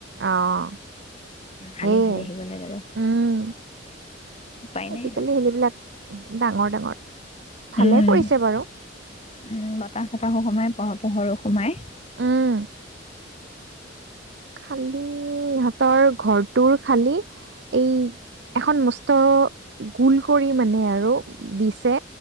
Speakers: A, on the right (about 65°); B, on the left (about 35°).
A: অ'
B: হালি
A: হৈয়ে
B: হালি আহিব লাগে আৰু
A: উম!
B: উপায়
A: আজিকালি
B: নাই আৰু
A: <unintelligible> ডাঙৰ ডাঙৰ ভালে
B: উম
A: কৰিছে বাৰু
B: উম বতাহ চতাহো সোমাই প পোহৰো সোমাই
A: উম খালি ইহঁতৰ ঘৰটোৰ খালি এই এখন মস্ত গোল কৰি মানে আৰু দিছে